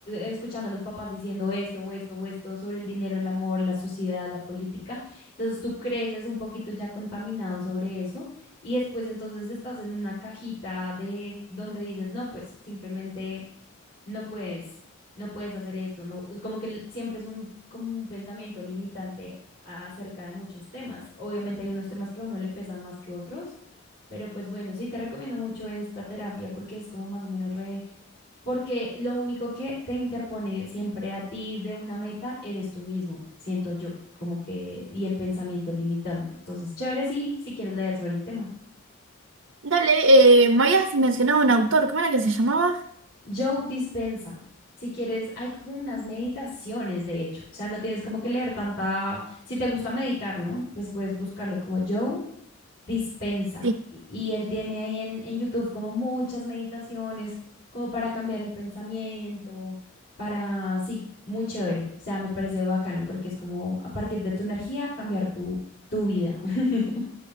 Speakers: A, on the left (about 60°); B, on the right (about 65°).
A: escuchando a los papás diciendo esto o esto o esto sobre el dinero, el amor, la sociedad, la política. Entonces tú creces un poquito ya contaminado sobre eso y después entonces estás en una cajita de donde dices, no, pues simplemente no puedes, no puedes hacer esto, no, es como que el- siempre es un, como un pensamiento limitante acerca de muchos temas. Obviamente hay unos temas que a uno le pesan más que otros, pero pues bueno, sí te recomiendo mucho esta terapia porque es como más o menos re, porque lo único que te interpone siempre a ti de una meta eres tú mismo, siento yo, como que, y el pensamiento limitante. Entonces, chévere si, si quieres leer sobre el tema.
B: Dale, eh, me habías mencionado un autor, ¿cómo era que se llamaba?
A: Joe Dispensa, Si quieres, hay como unas meditaciones, de hecho. O sea, no tienes como que leer tanta... Si te gusta meditar, ¿no? Pues puedes buscarlo como Joe Dispensa
B: Sí.
A: Y y él tiene ahí en, en YouTube como muchas meditaciones, como para cambiar el pensamiento, para... Sí, muy chévere. O sea, me parece bacano porque es como a partir de tu energía cambiar tu, tu vida. <laughs>